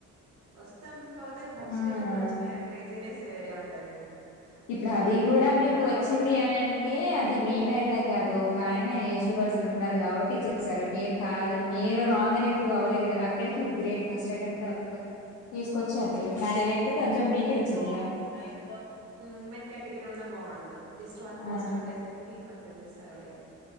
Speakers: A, on the right (about 65°); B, on the left (about 80°).
A: వస్తం కాకపోతే ఫస్ట్
B: ఆ
A: అటెంప్ట్లో వచ్చిందని క్రేజీనెస్ వేరే ఉంటది కదా
B: ఇప్పుడు
A: అంటే మళ్ళా
B: అది కూడా
A: ఇప్పుడున్న
B: మీకు వచ్చింది
A: గవర్నమెంట్
B: అనంటే అది మీ బేడ్లక్ కాదు ఒక ఆయన ఏజ్డ్ పర్ అస ఉన్నారు కాబట్టి చేసారు మీరు కా మీరు రాంగ్ అని ప్రూవ్ అవ్వలేదు కదా అక్కడికి మీరు గ్రేట్ ఫస్ట్ అటెంప్ట్ తీసుకొచ్చారు మీరు ఆయన లేకపోతే అ జాబ్ మీకే వచ్చేది గ అ
A: వుమెన్ కేటగిరీ దగ్గర ఉన్న బాగుండు జస్ట్ వన్
B: ఆ
A: పోస్ట్ ఉండేసరికి కొంచెం మిస్ అయడ